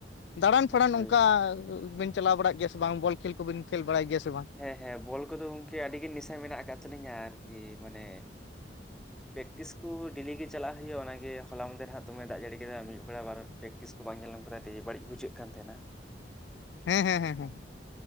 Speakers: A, on the left; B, in the centre.
A: ᱫᱟᱲᱟᱱ ᱯᱷᱟᱲᱟᱱ
B: ᱦᱳᱭ
A: ᱚᱱᱠᱟ ᱪᱟᱞᱟᱣ ᱵᱟᱲᱟᱜ ᱜᱮᱭᱟ ᱥᱮ ᱵᱟᱝ ᱵᱚᱞ ᱠᱷᱮᱞ ᱠᱚᱵᱤᱱ ᱠᱷᱮᱞ ᱵᱟᱲᱟᱭ ᱜᱮᱭᱟ ᱥᱮ ᱵᱟᱝ
B: ᱦᱮᱸ ᱦᱮᱸ ᱵᱷᱩᱞ ᱠᱚᱫᱚ ᱜᱚᱢᱠᱮ ᱟᱹᱰᱤ ᱜᱮ ᱱᱮᱥᱟ ᱢᱮᱱᱟᱜ ᱠᱟᱜ ᱛᱟᱹᱞᱤᱧᱟ ᱟᱨᱠᱤ ᱢᱟᱱᱮ ᱯᱮᱠᱴᱤᱥ ᱠᱚ ᱰᱤᱞᱤ ᱜᱮ ᱪᱟᱞᱟᱜ ᱦᱳᱭᱳᱜᱼᱟ ᱚᱱᱟ ᱜᱮ ᱦᱚᱞᱟ ᱢᱟᱫᱷᱮᱨ ᱦᱟᱸᱜ ᱫᱚᱢᱮ ᱫᱟᱜ ᱡᱟᱹᱲᱤ ᱠᱮᱫᱟ ᱢᱤᱫ ᱵᱮᱲᱟ ᱵᱟᱨ ᱯᱮᱠᱴᱤᱥ ᱠᱚ ᱵᱟᱝ ᱧᱮᱞ ᱧᱟᱢ ᱠᱟᱛᱮ ᱫᱤᱭᱮ ᱵᱟᱹᱲᱤᱡ ᱵᱩᱡᱷᱟᱹᱜ ᱠᱟᱱ ᱛᱟᱦᱮᱱᱟ᱾
A: ᱦᱮᱸᱻ ᱦᱮᱸᱻᱦᱮᱸᱻ ᱦᱮᱸ